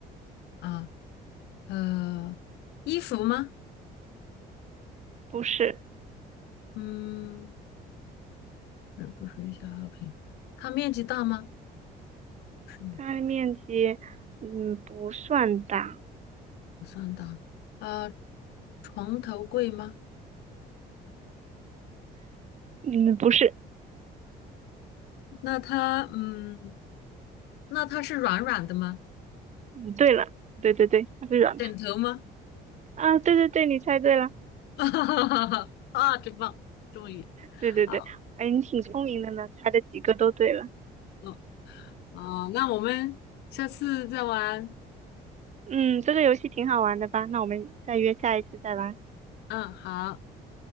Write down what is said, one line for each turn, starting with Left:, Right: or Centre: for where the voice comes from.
Left: 啊，呃，衣服吗？
Right: 不是，
Left: 嗯，呃不属于消耗品。它面积大吗？是，
Right: 它的面积嗯不算大，
Left: 不算大。呃，床头柜吗？
Right: 嗯不是。
Left: 那它，嗯，那它是软软的吗？
Right: 嗯对了，对对对，它是软的
Left: 枕头吗？
Right: 啊，对对对，你猜对了。
Left: <laughs> 啊，真棒，终于，
Right: 对对对，
Left: 好，
Right: 哎，你挺聪明的呢，猜的几个都对了。
Left: 嗯，哦，那我们下次再玩。
Right: 嗯，这个游戏挺好玩的吧？那我们再约下一次再玩。
Left: 嗯，好，